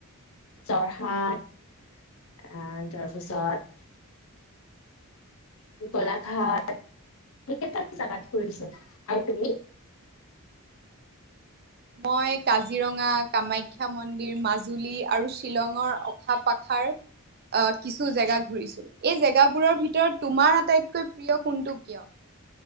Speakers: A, on the left (about 65°); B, on the right (about 45°).
A: যোৰহাট, আ তাৰপিছত। পুতলাঘাট সেইকেইটা জাগাত ফুৰিছো। আৰু তুমি?
B: মই কাজিৰঙা কামাখ্যা মন্দিৰ মাজুলী আৰু শ্বিলঙৰ অশা পাখাৰ অ' কিছু জেগা ঘুৰিছো, এই জেগাবোৰৰ ভিতৰত তোমাৰ আটাইতকৈ প্ৰিয় কোনটো কিয়?